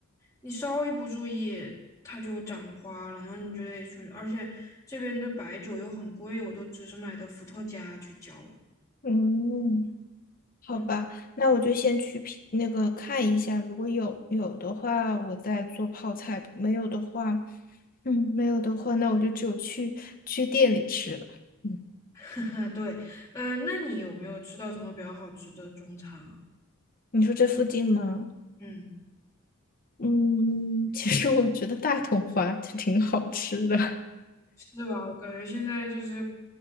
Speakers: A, on the left; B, on the left.
A: 你稍微不注意，它就长花了，然后你就得去。而且这边的白酒又很贵，我都只是买的伏特加去浇。
B: 嗯，好吧，
A: 嗯，
B: 那我就先去品那个看一下，如果有有的话，我再做泡菜；没有的话，嗯，没有的话，那我就只有去去店里吃了。嗯，
A: <laughs> 对，嗯，那你有没有吃到什么比较好吃的中餐啊？
B: 你说这附近吗？
A: 嗯，
B: 嗯，其实我觉得大同华就挺好吃的。
A: 是吧？我感觉现在就是